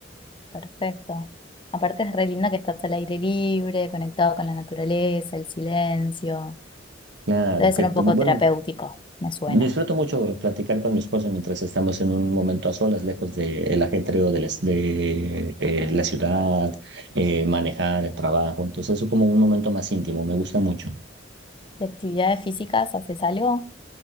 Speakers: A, on the left; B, on the right.
A: Perfecto. Aparte es re lindo que estás al aire libre, conectado con la naturaleza, el silencio.
B: Claro,
A: Debe
B: que,
A: ser
B: pues,
A: un poco
B: bueno,
A: terapéutico, me suena.
B: Disfruto mucho platicar con mi esposa mientras estamos en un momento a solas, lejos del ajetreo de, las- de, eh, la ciudad, eh, manejar el trabajo. Entonces es como un momento más íntimo, me gusta mucho.
A: ¿De actividades físicas haces algo?